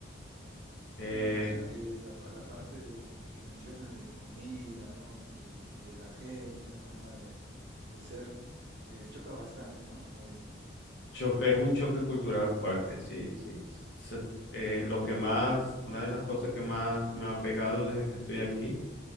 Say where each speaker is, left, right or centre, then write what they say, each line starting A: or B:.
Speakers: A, on the left; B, on the right.
A: Eh,
B: Que me imagino que la, pa- la parte de- que mencionas de comida, ¿no? Y, y de la gente, la forma de, de ser, eh, choca bastante, ¿no? Como dices.
A: choque, es un choque cultural fuerte, sí, sí. Se- eh, lo que más, una de las cosas que más me ha pegado desde que estoy aquí